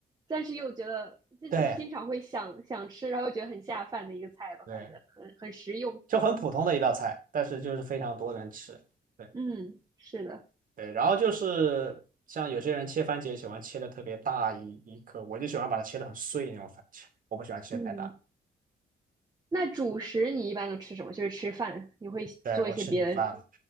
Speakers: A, on the right; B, on the right.
A: 但是又觉得就是经常会想想吃，
B: 对
A: 然后觉得很下饭的一个菜吧，
B: 对，
A: 反正很很实用。
B: 就很普通的一道菜，但是就是非常多人吃。对。
A: 嗯，是的，
B: 对，然后就是像有些人切番茄喜欢切的特别大一一颗，我就喜欢把它切的很碎那种番茄，我不喜欢切太大。
A: 嗯，那主食你一般都吃什么？就是吃饭，你会做一些别的？
B: 对，我吃米饭嘛，